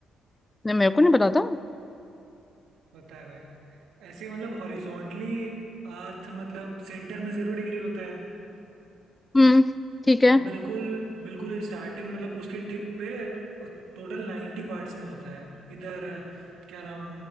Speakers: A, on the left; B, on the right.
A: नहीं, मेरे को नहीं पता था
B: होता है भाई ऐसे मतलब हॉरिजॉन्टली अर्थ मतलब सेंटर में जीरो डिग्री होता है
A: हम्म ठीक है
B: और बिल्कुल बिल्कुल स्टार्टिंग मतलब उसके टिप पे टोटल नाइन्टी पार्ट्स में होता है इधर क्या नाम